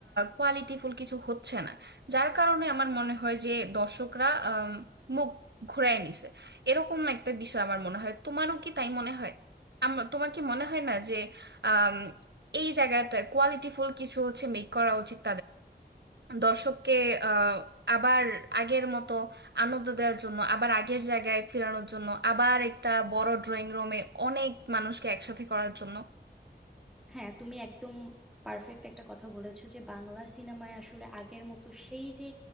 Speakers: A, on the right; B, in the centre.
A: কোয়ালিটিফুল কিছু হচ্ছে না যার কারণে আমার মনে হয় যে দর্শকরা আম, মুখ ঘুরায় নিছে এরকম একটা বিষয় আমার মনে হয় তোমারও কি তাই মনে হয় আমার তোমার কি মনে হয় না যে আম, এই জায়গাটা কোয়ালিটিফুল কিছু হচ্ছে মেক করা উচিত দর্শককে আহ, আবার আগের মতো আনন্দ দেওয়ার জন্য আবার আগের জায়গায় ফেরানোর জন্য আবার একটা বড় ড্রয়িং রুমে অনেক মানুষকে একসাথে করার জন্য
B: হ্যাঁ তুমি একদম পারফেক্ট একটা কথা বলেছো যে বাংলা সিনেমায় আসলে আগের মতো সেই যে